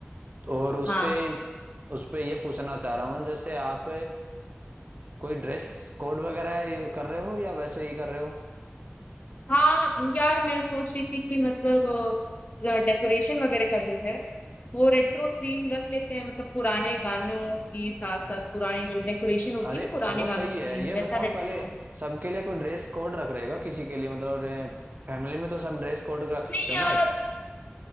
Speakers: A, on the right; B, on the left.
A: और उसपे
B: हाँ
A: उसपे ये पूछना चाह रहा हूँ जैसे आप कोई ड्रेस कोड वगैरह ये कर रहे हो या वैसे ही कर रहे हो
B: हाँ हाँ यार मैं सोच रही थी कि मतलब डेकोरेशन वगैरह का जो है वो रेट्रो थीम रख लेते हैं मतलब पुराने गानों की साथ साथ पुरानी जो डेकोरेशन होती
A: अरे
B: है ना पुराने
A: वो सही
B: गानों
A: है
B: की
A: ये
B: वैसा
A: बताओ
B: रेट्रो
A: पहले सबके लिए कोई ड्रेस कोड रख रहेगा किसी के लिए मतलब फैमिली में तो सब ड्रेस कोड रख सकते
B: नहीं
A: हो
B: यार
A: ना एक